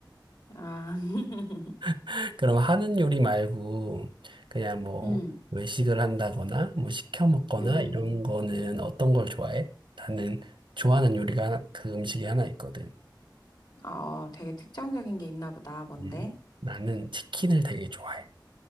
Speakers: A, on the left; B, on the right.
A: 아, <laughs>
B: <laughs> 그럼 하는 요리 말고 그냥 뭐
A: 음,
B: 외식을 한다거나 뭐 시켜 먹거나
A: 음.
B: 이런 거는 어떤 걸 좋아해? 나는 좋아하는 요리가 하나- 그 음식이 하나 있거든.
A: 어, 되게 특정적인 게 있나 보다. 뭔데?
B: 음, 나는 치킨을 되게 좋아해.